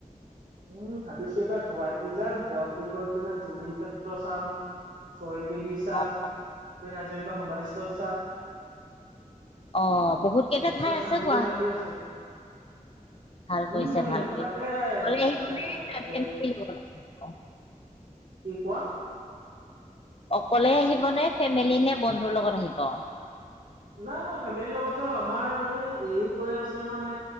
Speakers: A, on the right; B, on the left.
A: উম, ভাবিছো এইবাৰ গুৱাহাটী যাম গুৱাহাটী কৈ কিনে জুবিন চা ত্ৰ চাম, শ্বহীদ বেদী চাম,
B: অ',
A: ভূপেন হাজৰিকা সমাধিস্থল চাম।
B: অ', বহুত কেইটা
A: তেনেকৈ
B: ঠাই
A: চাম
B: আছে
A: বুলি
B: গুৱাহাটীত,
A: ভাবি আছো।
B: ভাল
A: উম,
B: কৰিছে
A: উম
B: ভাল কৰিছে।
A: তাকে
B: অকলে আহিব
A: তাকে,
B: নে
A: তাকে, তাকে,
B: ফেমিলিৰ লগত আহিব?
A: কি কোৱা?
B: অকলে আহিব নে? ফেমেলি নে বন্ধুৰ লগত আহিব?
A: নাই, না ফেমিলিৰ লগত যাম। আমাৰ এই এইও কৈ আছে মানে